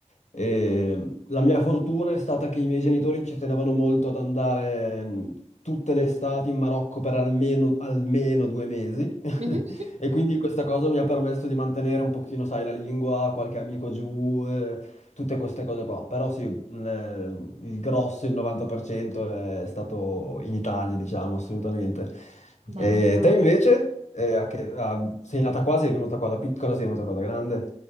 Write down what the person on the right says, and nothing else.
mhm.
<laughs> Bello.